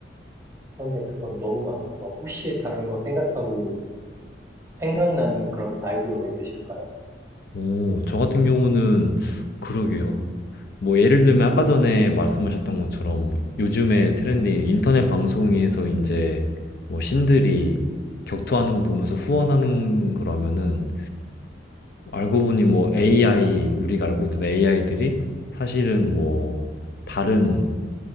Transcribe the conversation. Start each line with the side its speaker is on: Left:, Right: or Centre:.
Right: 그런데 그건 너무 많아서 혹시 다른 거 생각하고 생각나는 그런 아이디어가 있으실까요?
Left: 오, 저 같은 경우는 그러게요. 뭐 예를 들면 아까 전에 말씀하셨던 것처럼 뭐 요즘에 트렌드인 인터넷 방송에서 이제 뭐 신들이 격투하는 거 보면서 후원하는 거라면은 알고 보니 뭐 AI, 우리가 알고 있던 AI들이 사실은 뭐 다른